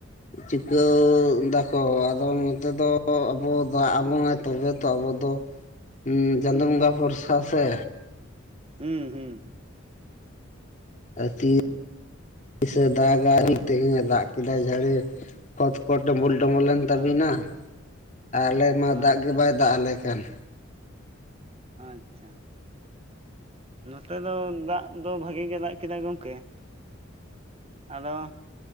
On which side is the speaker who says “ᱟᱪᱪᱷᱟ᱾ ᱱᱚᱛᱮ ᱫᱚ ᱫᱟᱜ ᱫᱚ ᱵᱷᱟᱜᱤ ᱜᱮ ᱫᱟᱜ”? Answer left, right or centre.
Right